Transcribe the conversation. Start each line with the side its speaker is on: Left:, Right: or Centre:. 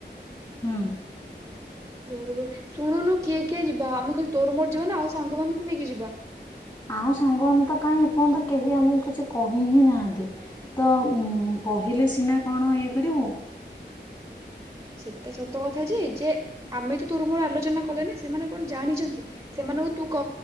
Left: ହୁଁ
Right: ଭୋରୁ ଭୋରୁ ଶୁଣୁନୁ କିଏ କିଏ ଯିବା ଆମେ ଖାଲି ତୋର ମୋର୍ ଯିବା ନା ଆଉ ସାଙ୍ଗମାନାନଙ୍କୁ ନେଇକି ଯିବା।
Left: ଆଉ ସାଙ୍ଗ ଆନେତ କାଇଁ କଣ ତ କେହି ଆମକୁ କିଛି କହି ହିଁ ନାହାନ୍ତି ତ ଉ କହିଲେ ସିନା କଣ ଇଏ କରିବୁ। <inaudible>
Right: ସେଟା ସତ କଥା ଯେ ଯେ ଆମେ ତ ତୋର ମୋର ଆଲୋଚନା କଲେ ନା ସେମାନେ କଣ ଜାଣିଛନ୍ତି ସେମାନଙ୍କୁ ତୁ କହ